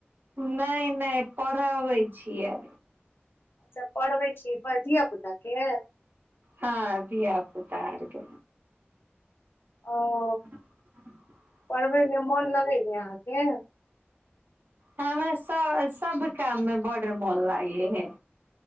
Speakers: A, on the right; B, on the left.
A: नहि नहि पढ़बै छियै
B: अच्छा पढ़बै छी धीया पुता के?
A: हँ धिया पुता के।
B: ओ
A: <inaudible>
B: पढ़बैमे मोन लगैय अहाँके?
A: हमरा सभ सभ काम में बड मन लागे हे